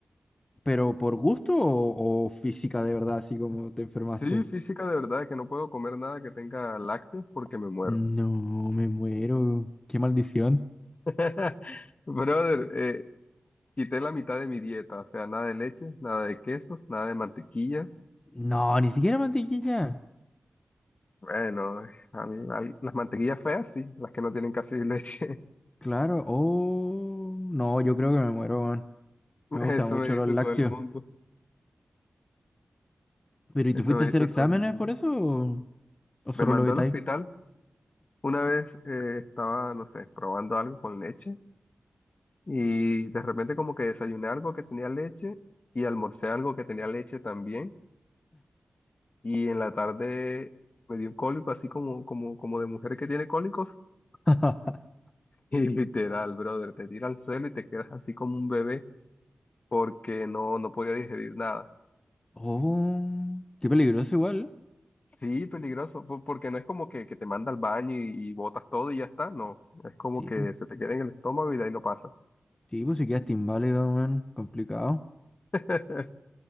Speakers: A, on the left; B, on the left.
A: ¿Pero por gusto o, o física de verdad, así como te enfermaste?
B: Sí, física de verdad, que no puedo comer nada que tenga lácteos porque me muero.
A: No, me muero. Qué maldición.
B: <laughs> Brother, eh, quité la mitad de mi dieta, o sea, nada de leche, nada de quesos, nada de mantequillas.
A: No, ni siquiera mantequilla.
B: Bueno, a mí, a mí- las mantequillas feas sí, las que no tienen casi leche.
A: Claro. Oh, no, yo creo que me muero, weón.
B: <laughs>
A: Me gustan
B: Eso
A: mucho
B: me dice
A: los lácteos.
B: todo el mundo,
A: ¿Pero y
B: eso
A: te fuiste
B: me
A: a
B: dice
A: hacer exámenes
B: todo el mundo.
A: por eso o, o solo
B: Me mandó
A: lo evitáis?
B: al hospital Una vez eh, estaba, no sé, probando algo con leche y de repente como que desayuné algo que tenía leche y almorcé algo que tenía leche también y en la tarde me dio un cólico así como, como, como de mujer que tiene cólicos
A: <laughs>
B: <laughs> y literal, brother, te tira al suelo y te quedas así como un bebé porque no, no podía digerir nada.
A: Oh, qué peligroso igual.
B: Sí, peligroso, po- porque no es como que, que te manda al baño y, y botas todo y ya está, no, es como
A: Tipo,
B: que se te queda en el estómago y de ahí lo pasa.
A: tipo, si quedaste inválido, weón. Complicado.
B: <laughs>